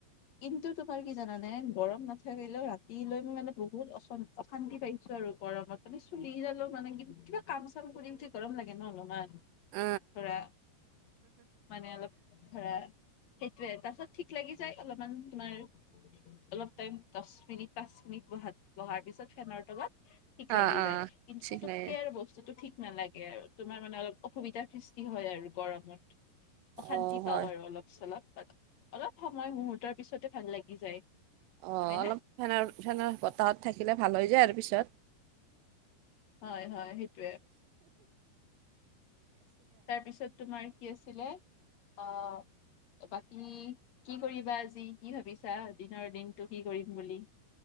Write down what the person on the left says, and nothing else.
কিন্তু তোমাৰ কি জানা নে গৰম নাথাকিলেও ৰাতিলৈ মানে বহুত অশান্তি', অশান্তি পাইছোঁ আৰু গৰমত মানে চুলি কিডাল লয় মানে কিন্তু কিবা', কাম চাম কৰি উঠি গৰম লাগে নহ অলপমান
ধৰা', মানে অলপ ধৰা', সেইটোয়ে, তাৰ পাছত ঠিক লাগি যায় অলপমান তোমাৰ', উম', -উম', অলপ টাইম দচ মিনিট পাঁচ মিনিট বহাত', বহাৰ পিছত ফেনৰ তলত ঠিক লাগি
যায়,
কিন্তু
পুতুককে আৰু বস্তুতটো ঠিক নালাগে', এই আৰু তোমাৰ মানে অলপ অসুবিধাৰ সৃষ্টি হয় আৰু গৰমত অশান্তি
পাওঁ আৰু অলপ', চলাওঁ আৰু অলপ সময় মুহূৰ্তৰ পিছতে ফেন লাগি যায়',
হয়
ন
হয় হয় সেইটোয়ে তাৰপিছত তোমাৰ কি আছিলে? অ', বাকী কি কৰিবা আজি, কি ভাবিছা, দিনৰ দিনটো কি কৰিম বুলি?